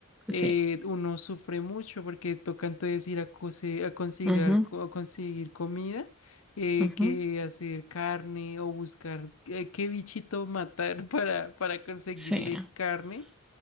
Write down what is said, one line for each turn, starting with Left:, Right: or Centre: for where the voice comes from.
Centre: Sí,
Left: eh, uno sufre mucho porque toca entonces ir a, cose- a, consigar
Centre: ujú,
Left: co- a conseguir comida, eh,
Centre: ujú,
Left: que hacer carne o buscar qué, qué bichito matar <laughs> para, para conseguirle
Centre: sí,
Left: carne.